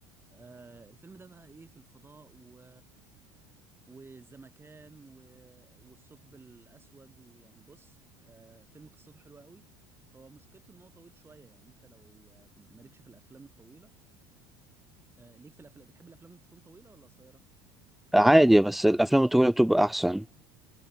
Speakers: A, on the right; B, in the centre.
A: آه الفيلم ده بقى ايه في الفضاء و والزمكان و... والثقب الاسود ويعني بص آه فيلم قصته حلوه قوي هو مشكلته ان هو طويل شويه يعني انت لو آه، مالكش في الافلام الطويله آه ليك في الافلام بتحب الافلام تكون طويله ولا قصيره
B: عادي بس الافلام الطويله بتبقى احسن